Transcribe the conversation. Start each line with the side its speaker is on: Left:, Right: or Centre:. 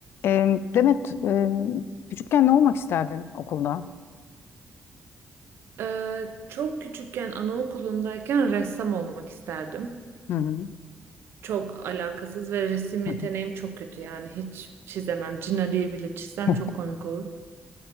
Left: Ee, Demet, e, küçükken ne olmak isterdin okulda?
Right: Ee, çok küçükken anaokulundayken ressam olmak isterdim.
Left: Hı hı.
Right: Çok alakasız ve resim yeteneğim
Left: Hı
Right: çok kötü yani hiç çizemem. Cin Ali'yi bile çizsem
Left: hı.
Right: çok komik olur.